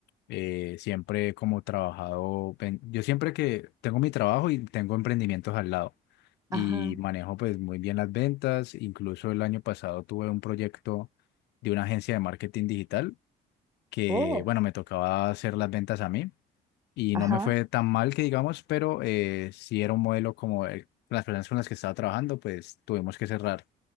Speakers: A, on the left; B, on the right.
A: eh, siempre he como trabajado, ven- yo siempre que tengo mi trabajo y tengo emprendimientos al lado y
B: ajá.
A: manejo pues muy bien las ventas. Incluso el año pasado tuve un proyecto de una agencia de marketing digital que,
B: Oh,
A: bueno, me tocaba hacer las ventas a mí y
B: ajá,
A: no me fue tan mal que digamos, pero eh, sí era un modelo como el- las personas con las que estaba trabajando, pues tuvimos que cerrar.